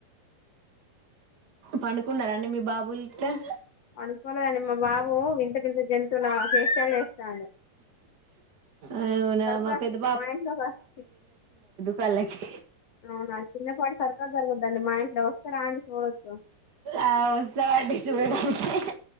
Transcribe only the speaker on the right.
పన్నుకున్నారాండి మీ బాబులీద్దర్
అవునా
మా పెద్ద
పల్లకి
ఆ వస్తామండి చూ బెడ్డుకి